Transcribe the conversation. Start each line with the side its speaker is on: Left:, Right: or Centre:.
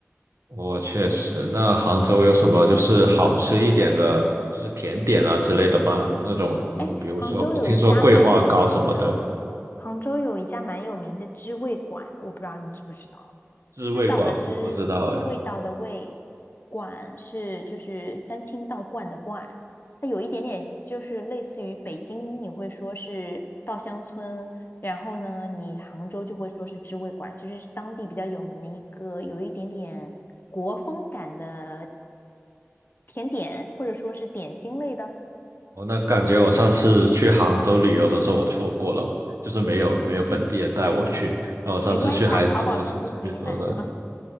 Right: 我确实，那杭州有什么就是好吃一点的，就是甜点啊之类的吗？那种嗯，
Left: 哎，
Right: 比如说我听说桂花糕什么的，
Left: 杭州有一家蛮有名的，杭州有一家蛮有名的知味馆，我不知道你知不知道？
Right: 滋味馆我不知道哎。
Left: 知道的知，味道的味，馆是就是三清道观的观，它有一点点就是类似于北京你会说是稻香村，然后呢，你杭州就会说是知味馆，就是当地比较有名的一个有一点点国风感的甜点，或者说是点心类的。
Right: 哦，那感觉我上次去杭州旅游的时候，我错过了，就是没有没有本地人带我去。然后我上次去杭州都是顺便走的，
Left: 没关系啊，淘宝上都可以买的。<laughs>